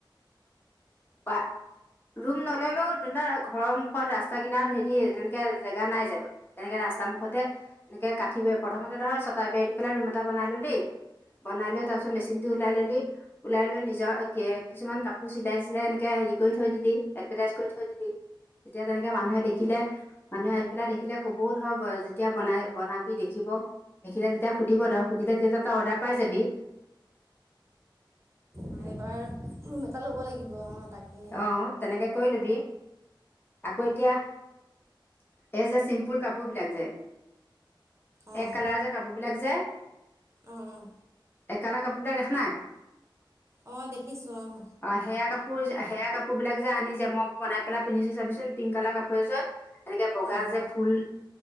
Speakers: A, on the left; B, on the right.
A: পা ৰুম নললেও ধৰা ঘৰৰ মুখত ৰাস্তা কিনাৰ হেৰি এনেকে জেগা নাই জানো তেনেকে ৰা- ৰাস্তা মুখতে এনেকে কাঠি প্ৰথমতে ধৰ ছটাই বে দি পেলাই ৰুম এটা বনাই ললি। বনাই লৈ তাৰ পিছত মেচিন টো ওলাই ললি ওলাই লৈ নিজৰ কিছুমান কাপোৰ চিলাই এনেকে হেৰি কৰি থৈ দিলি এডভাৰটাইজ কৰি থৈ দিলি। তেতিয়া তেনেকে মানুহে দেখিলে মানুহে আহি পেলাই দেখিলে কবও ধৰ যেতিয়া বনাই বনাবি দেখিব ব দেখিলে তেতিয়া সুধিব ধৰ সুধিলে তেতি তই অৰ্ডাৰ পাই যাবি।
B: এইবাৰ ৰুম এটা ল'ব লাগিব। অঁ তাকে
A: অহ, তেনেকে কৰি লবি আকৌ এতিয়া এই যে চিম্পুল কাপোৰ বিলাক যে,
B: অঁ
A: এক কালাৰৰ যে কাপোৰ বিলাক যে
B: অঁ
A: এক কালাৰৰ কাপোৰবিলাক দেখা নাই?
B: অঁ দেখিছো অঁ।
A: অঁ সেয়া কাপোৰ, সেয়া কাপোৰ বিলাক যে আনি যে মই বনাই পেলাই পিন্ধিছো চাবিচোন পিংক কালাৰ কাপোৰ এযোৰ এনেকে বগা
B: অঁ
A: যে
B: অঁ
A: ফুল